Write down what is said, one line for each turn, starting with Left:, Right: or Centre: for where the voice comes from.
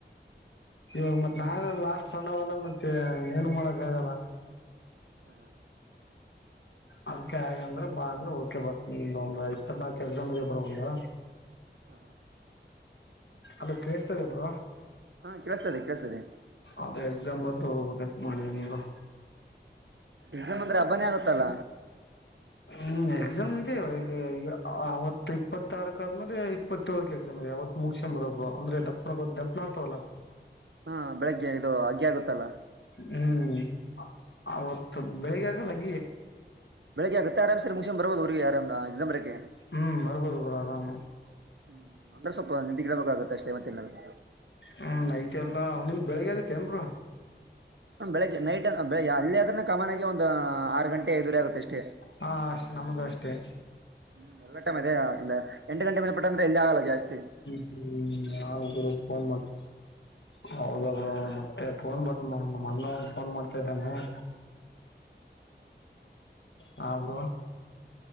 Left: ಇವಾಗ ಮತ್ ನಾನ ಲಾಸ್ಟ್ ಸಣ್ಣವಲ್ಲ ಮತ್ತೆ ಏನು ಮಾಡಕ್ ಆಗಲ್ಲ
Right: <inaudible> <inaudible>
Left: ಅದಕ್ಕ ಹಾಗಂದ್ರ ಬಾ ಅಂದ್ರೆ ಓಕೆ ಬರ್ತಿನೀ ಒಂದ್ ಇಪ್ಪತ್ ನಾಲ್ಕಕ್ ಎಕ್ಸಾಮ್ ಇದೆ ಬ್ರೋ ಒಂದು
Right: <inaudible>
Left: ಹಲೋ ಕೇಳಿಸ್ತಾಯಿದಿಯ ಬ್ರೋ
Right: ಹಾ ಕೇಳಿಸ್ತದೆ ಕೇಳಿಸ್ತಾದೆ
Left: ಅದ ಎಕ್ಸಾಮ ಬರ್ದ್ ಹೋಗಬೇಕು ಅಂತ ಮಾಡೀನೀ ಬ್ರೋ
Right: ಎಕ್ಸಾಮ್ ಅಂದ್ರೆ ಹಬ್ಬನೇ ಆಗುತ್ತಲ್ಲ
Left: ಹ್ಮ್ ಎಕ್ಸಾಮ್ ಇದೆ ಈ ಅವತ್ತು ಇಪ್ಪತ್ತಾರಕ್ ಆದ್ಮೇಲೆ ಇಪತ್ತು ಏಳಕ್ಕೆ ಎಕ್ಸಾಮ್ ಇದೆ ಆವ್ತು ಮುಗಿಸ್ಕೊಂಡು ಬರಬೇಕು ಅಂದ್ರೆ ದಪನ್ನಾ ಆಗ್ತಾವಲ್ಲ
Right: ಹಾ ಬೆಳಿಗ್ಗೆ ಇದು ಅಗ್ಗೆ ಇರುತ್ತಲ್ಲ
Left: ಹ್ಮ್ ಅವತ್ತು ಬೆಳಿಗ್ಗೆ ಆಗಲ್ಲ ಲಾಗ್ಗಿ
Right: ಬೆಳಗ್ಗೆ ಆದ್ರೆ ಆರಾಮಸೆ ಮುಗಿಸ್ಕೊಂಡು ಬರ್ಬಹುದು ಊರಿಗೆ ಎಕ್ಸಾಮ್ ಬರಿಯೋಕೆ
Left: ಹ್ಮ್ ಬರ್ಬೋದು ಬ್ರೋ ಆರಾಮ್
Right: ಹ್ಮ್ ಅಂದ್ರೆ ಸ್ವಲ್ಪ ನಿದ್ದೆಗಿಡಬೇಕಾಗುತ್ತೆ ಅಷ್ಟೇ ಮತ್ತೆ ಏನಿಲ್ಲ
Left: ಹ್ಮ್ ನೈಟ್ ಎಲ್ಲಾ ನಿಮ್ ಬೆಳಿಗ್ಗೆ ಆಗತ್ತೇ ಏನ್ ಬ್ರೋ
Right: ಹ ಬೆಳಗ್ ನೈಟ್ ಬೆಳಗ್ಗೆ ಅಲ್ಲಿ ಆದ್ರೆ ಕಾಮಾನಾಗಿ ಒಂದು ಆರ್ ಗಂಟೆ ಎದುರು ಆಗುತ್ತೆ ಅಷ್ಟೇ
Left: ಹಾ ಅಷ್ಟೇ ನಮ್ಮದು ಅಷ್ಟೇ
Right: ಹ್ಮ್ ಎಲ್ಲ ಟಮ್ ಅದೆೇ ಅಲ್ಲ ಎಂಟಗಂಟೆ ಮೇಲೆ ಪಟ್ಟ ಅಂದೆ ಎಲ್ಲಿ ಆಗಲ್ಲ ಜಾಸ್ತಿ
Left: ಹ್ಮ್ ಆಗಲ್ಲ ಫೋನ್ ಮಾಡ್ತಿನೀ ಹೌದ ಬ್ರೋ ಮತ್ತೆ ಫೋನ್ ಬಟ್ ನಮ್ಮ ಅಣ್ಣ ಒಂದ್ ಫೋನ್ ಮಾಡ್ತಾ ಇದ್ದಾನೆ <inaudible> ಹ ಬ್ರೋ